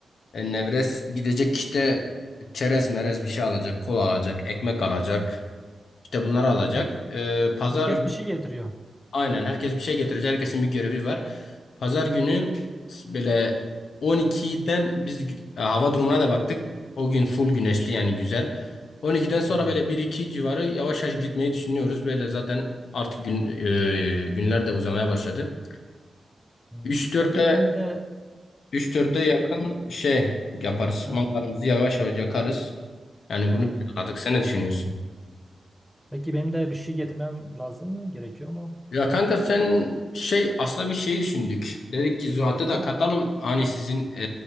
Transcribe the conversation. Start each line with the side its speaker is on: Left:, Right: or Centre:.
Left: E, Nevres gidecek işte çerez merez bir şey alacak, kola alacak, ekmek alacak. İşte bunları alacak.
Centre: Her,
Left: E, pazar
Centre: herkes bir şey getiriyor.
Left: aynen herkes bir şey getirecek. Herkesin bir görevi var. Pazar günü böyle 12'den biz gü- e, hava durumuna da baktık. O gün full güneşli yani güzel. 12'den sonra
Centre: He.
Left: böyle bir iki civarı yavaş yavaş gitmeyi düşünüyoruz. Böyle zaten artık gün, e, günler de uzamaya başladı.
Centre: Hmm.
Left: 3-4'te
Centre: Peki benim de
Left: Üç 4e
Centre: bir şey
Left: yakın
Centre: get
Left: şey yaparız.
Centre: ha,
Left: Mangalımızı yavaş yavaş yakarız. Yani
Centre: ha.
Left: bunu planladık. Sen ne düşünüyorsun?
Centre: Peki benim de bir şey getirmem lazım mı? Gerekiyor mu?
Left: Ya kanka sen şey aslında bir şey düşündük. Dedik ki Zuhat'ı
Centre: Getireyim
Left: da katalım.
Centre: ya.
Left: Hani sizin e,